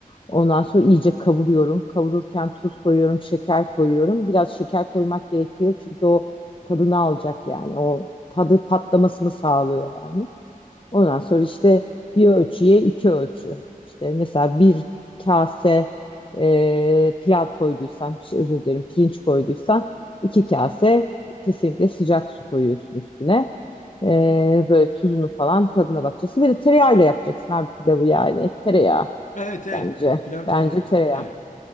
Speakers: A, on the left (about 35°); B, on the left (about 60°).
A: Ondan sonra iyice kavuruyorum. Kavururken tuz koyuyorum, şeker koyuyorum. Biraz şeker koymak gerekiyor çünkü o tadını alacak yani. O tadı patlamasını sağlıyor yani. Ondan sonra işte bir ölçüye iki ölçü. İşte mesela bir kase e, pilav koyduysan, şey, özür dilerim pirinç koyduysan iki kase kesinlikle sıcak su koyuyorsun üstüne. E, böyle tuzunu falan tadına bakacaksın. Bir de tereyağıyla yapacaksın abi pilavı yani. Tereyağı
B: Evet evet.
A: bence.
B: Pilav
A: Bence
B: tereyağı.
A: tereyağı.
B: Evet.